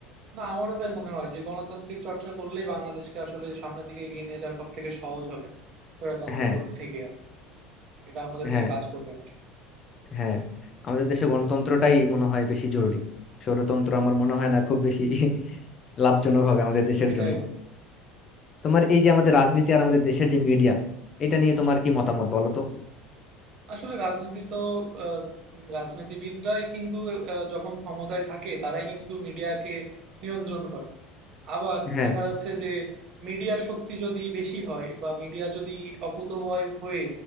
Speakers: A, on the right (about 50°); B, on the left (about 30°).
A: না আমারও তাই মনে হয় যে গণতান্ত্রিক চর্চা করলেই বাংলাদেশকে আসলে সামনের দিকে এগিয়ে নিয়ে যাওয়া সব থেকে সহজ হবে স্বৈরতন্ত্র
B: হ্যাঁ
A: থেকে আর কি এটা আমাদের
B: হ্যাঁ
A: দেশে কাজ করবে না আসলে।
B: হ্যাঁ আমাদের দেশে গণতন্ত্রটাই মনে হয় বেশি জরুরি স্বৈরতন্ত্র আমার মনে হয় না খুব বেশি <laughs> লাভজনক হবে আমাদের দেশের
A: সেটাই
B: জন্য
A: বন্ধু
B: তোমার এই যে আমাদের রাজনীতি আর আমাদের দেশের যে মিডিয়া এটা নিয়ে তোমার কি মতামত বলো তো
A: আসলে রাজনীতি তো আহ, উম, রাজনীতিবিদরাই কিন্তু আহ, যখন ক্ষমতায় থাকে তারাই কিন্তু মিডিয়াকে নিয়ন্ত্রণ করে আবার
B: হ্যাঁ
A: দেখা যাচ্ছে যে মিডিয়ার শক্তি যদি বেশি হয় বা মিডিয়া যদি অকুতোভয় হয়ে